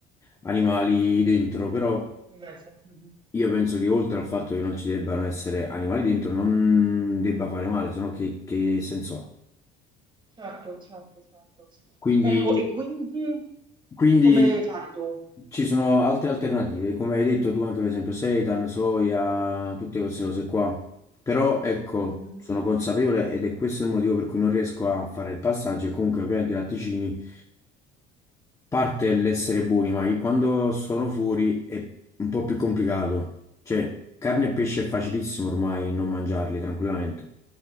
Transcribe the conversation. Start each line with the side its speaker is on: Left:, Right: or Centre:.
Left: animali dentro, però
Right: In mezzo. mhm.
Left: io penso che oltre al fatto che non ci debbano essere animali dentro non debba fare male, se no che, che senso ha? Mm.
Right: Certo, certo, certo.
Left: Quindi
Right: Ecco, e quindi
Left: Quindi
Right: come fai tu?
Left: ci sono altre alternative, come hai detto tu anche per esempio seitan, soia, tutte queste cose qua. Però ecco,
Right: Mhm,
Left: sono consapevole ed è questo il motivo per cui non riesco a fare il passaggio e comunque ovviamente i latticini parte l'essere buoni, ma io quando sono fuori è un po' più complicato. Cioè, carne e pesce è facilissimo ormai non mangiarli tranquillamente.